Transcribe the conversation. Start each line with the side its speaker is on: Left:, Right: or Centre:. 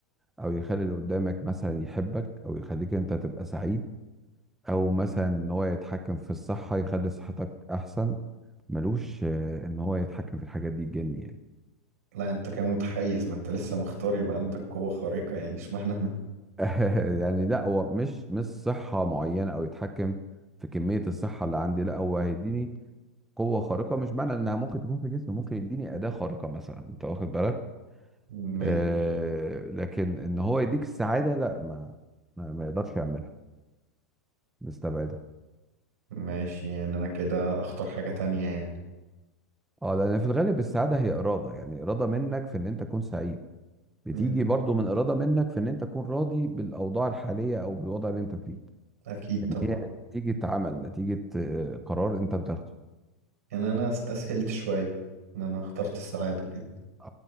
Centre: او يخلي اللي قدامك مثلا يحبك او يخليك انت تبقى سعيد او مثلا ان هو يتحكم في الصحة يخلي صحتك احسن ملوش آه، ان هو يتحكم في الحاجات دي جني يعني
Right: لا أنت كده متحيز ما أنت لسه مختار يبقى عندك قوة خارقة يعني اشمعنى أنا
Centre: <laughs> يعني لا هو مش مش صحة معينة او يتحكم في كمية الصحة اللي عندي لا هو هيديني قوة خارقة مش معنى انها ممكن تكون في جسم ممكن يديني أداة خارقة مثلا انت واخد بالك
Right: ماشي
Centre: آه لكن ان هو يديك السعادة لا ما ما, ما يقدرش يعملها نستبعدها
Right: ماشي يعني أنا كده أختار حاجة تانية يعني
Centre: اه لان في الغالب السعادة هي إرادة يعني إرادة منك في ان انت تكون سعيد بتيجي
Right: مم.
Centre: برضو من إرادة منك في ان انت تكون راضي بالأوضاع الحالية او بالوضع اللي انت فيه
Right: أكيد
Centre: يعني
Right: طبعا
Centre: هي نتيجة عمل نتيجة آه، قرار انت بتاخده
Right: يعني أنا استسهلت شوية إن أنا اخترت السعادة كده
Centre: اه